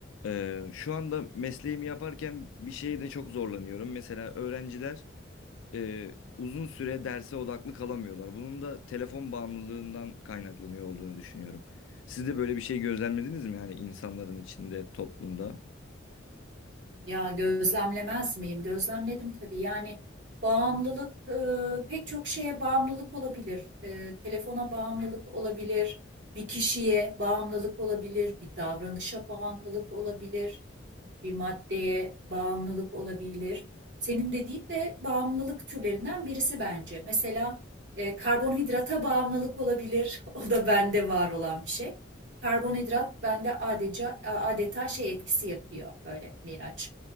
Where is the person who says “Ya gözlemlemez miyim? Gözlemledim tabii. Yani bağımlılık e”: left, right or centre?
Right